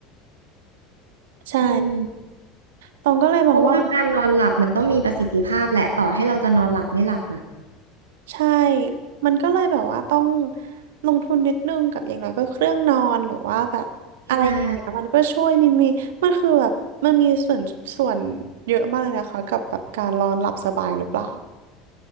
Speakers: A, on the right; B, on the right.
A: ใช่
B: อืม
A: ตองก็เลยมองว่ามัน
B: เพราะว่าการนอนหลับมันต้องมีประสิทธิภาพแหละต่อให้เราจะนอนหลับไม่หลับอะ
A: ใช่ มันก็เลยแบบว่าต้องลงทุนนิดนึงกับอย่างน้อยก็เครื่องนอนหรือว่าแบบอะไรอย่างเงี้ยมันก็ช่วยมันมีมันคือแบบมันมีส่วนส่วนเยอะมากเลยนะคะกับแบบการนอนหลับสบายหรือเปล่า
B: นี่นะ